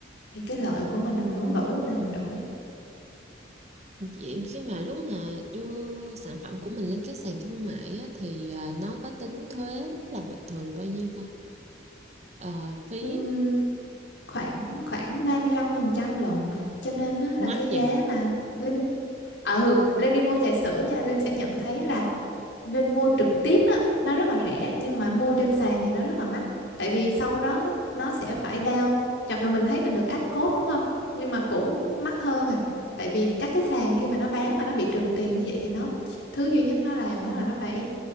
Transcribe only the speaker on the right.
vậy khi mà lúc mà đưa sản phẩm của mình lên các sàn thương mại á, thì à, nó có tính thuế là b- thường là bao nhiêu ta Ờ, phí
mắc
vậy à?